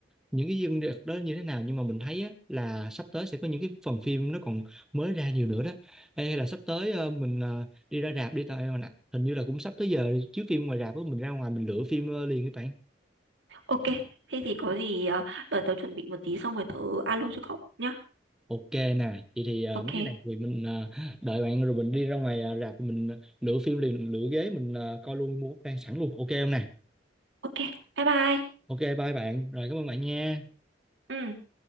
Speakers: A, in the centre; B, on the right.
A: những cái dương được đó như thế nào nhưng mà mình thấy á, là sắp tới sẽ có những cái phần phim nó còn mới ra nhiều nữa đó. Ê, hay là sắp tới ờ, mình ờ, đi ra rạp đi tao em ạ. Hình như là cũng sắp tới giờ chiếu phim ngoài rạp á, mình ra ngoài mình lựa phim ờ, liền các bạn.
B: ok thế thì có gì ờ, đợi tớ chuẩn bị một tí xong rồi tớ alo cho cậu nhá
A: Ok nè, vậy thì ờ,
B: ok
A: mấy cái này thì mình ờ, đợi bạn rồi mình đi ra ngoài ờ, rạp mình lựa phim liền, lựa ghế mình ờ, coi luôn mua vé sẵn luôn. Ok không nè.
B: ok bye bye
A: Ok bye bạn. Rồi cảm ơn bạn nha.
B: ừ